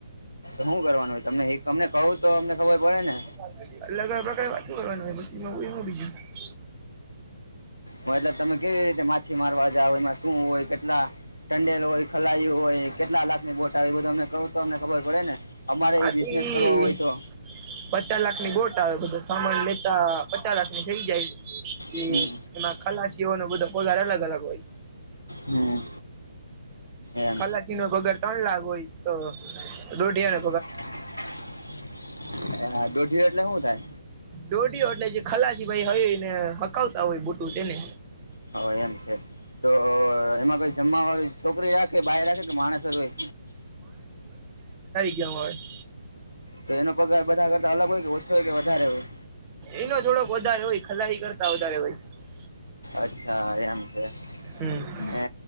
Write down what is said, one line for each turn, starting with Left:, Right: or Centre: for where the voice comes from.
Left: હું કરવાનું હોય તમને એક તમને કહું તો અમને ખબર પડે ને
Right: અલગ અલગ પ્રકારારે વાતો કરવાનું <unintelligible> હું બીજું
Left: મતલબ તમે કેવી રીતે માછીમારવા જાવ એમાં શું હોય કેટલા ટંડેલ હોય ખલાઈ હોય કેટલા લાખની બોટ આવે એ બધું અમને બધું કહું તો અમને ખબર પડે ને અમારે
Right: આતી
Left: એ બિઝનેસ કરવો હોય તો
Right: પચાલાખ ની બોટ આવે બધું સામાન લેતા પચાલાખની થઇ જાય એ
Left: હમ
Right: એમાં ખલાસીઓનો બધો પગાર અલગ અલગ હોય
Left: હમ એમ
Right: ખલાસી ન વગર ત્રણ લાખ હોય તો દોથયાનો
Left: હા દોઢીયો એટલે શું થાય
Right: દોઢયો એટલે જે ખલાસી ભાઈ હયને હકાવતા હોય બુટું તેને
Left: હ એમ છે તો અહહ એમાં કોઈ જમવા વળી છોકરીએ કે બાયર આ છે કે માણસ જ હોય
Right: યોર વોઇસ
Left: તો એનો પગાર બધા કરતા અલગ હોય કે ઓછો હોય કે વધારે હોય
Right: એનો થોડોક વધારે હોય ખલાઈ કરતા વધારે હોય
Left: અચ્છા એમ છે.
Right: હમ
Left: ને